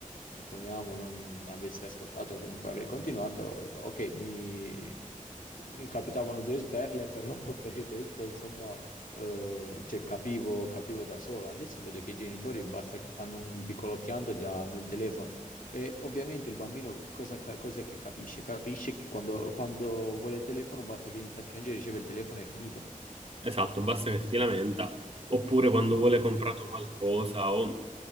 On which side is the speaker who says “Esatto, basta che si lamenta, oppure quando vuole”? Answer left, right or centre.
Right